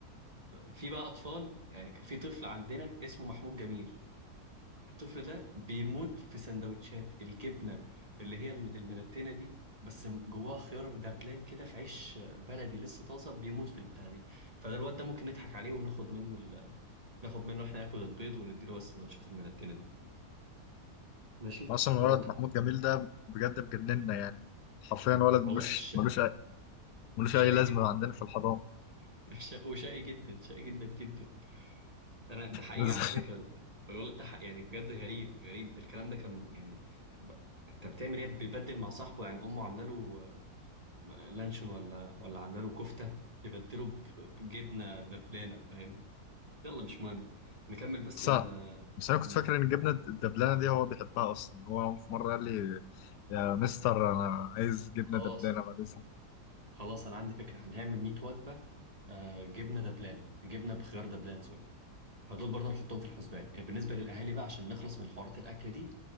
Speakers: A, on the right (about 25°); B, on the left (about 85°).
A: في بقى اطفال يعني كان في طفل عندنا اسمه محمود جميل الطفل ده بيموت في سندوتشات الجبنه اللي هي الملتينه دي بس جواها خيار دبلان كده في عيش بلدي لسه طازه بيموت في البتاع دي فده الواد ده ممكن نضحك عليه وناخد منه ال... ناخد منه احنا ناكل البيض ونديله بس السندوتشات الملتينه دي ماشي
B: اصلا الولد
A: ده برضه
B: محمود جميل ده بجد مجننا يعني حرفيا ولد
A: والله
B: ملوش
A: ش...
B: ملوش أي- ملوش
A: شقي
B: اي لازمة
A: جدا
B: عندنا في الحضانة
A: <laughs> ش... وشقي جدا شقي جدا جدا انا ده حقيقي
B: <laughs>
A: على فكره الولد ده حق يعني بجد غريب غريب الكلام ده كان يعني ب... انت بتعمل ايه بيبدل مع صاحبه يعني امه عامله له آه، لانشون ولا ولا عامله له كفته يبدله ب- بجبنه دبلانه فاهم يلا مش مهم نكمل بس
B: بس
A: ال آه،
B: بس انا
A: مم.
B: كنت فاكر ان الجبنه الدبلانه دي هو بيحبها اصلا هو في مره قال لي يا مستر انا عايز جبنه
A: خلاص
B: دبلانه بعد اذنك
A: خلاص انا عندي فكره هنعمل 100 وجبه آه، جبنه دبلانه جبنه بخيار دبلان سوري فدول برضه نحطهم في الحسبان يعني بالنسبة للأهالي بقى عشان نخلص من حوارات الأكل دي